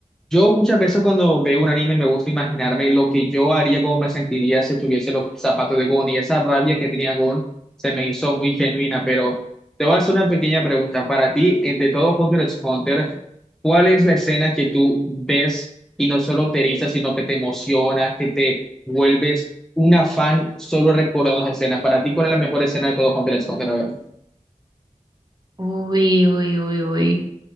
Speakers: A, in the centre; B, on the right (about 30°).
A: yo muchas veces cuando veo un anime me gusta imaginarme lo que yo haría, cómo me sentiría si tuviese los zapatos de Gon y esa rabia que tenía Gon se me hizo muy genuina, pero te voy a hacer una pequeña pregunta. Para ti, eh, de todo Hunter x Hunter, ¿cuál es la escena que tú ves y no solo te eriza, sino que te emociona, que te vuelves una fan solo recordando esas escenas? Para ti, ¿cuál es la mejor escena de todo Hunter x Hunter? A ver.
B: uy, uy, uy, uy.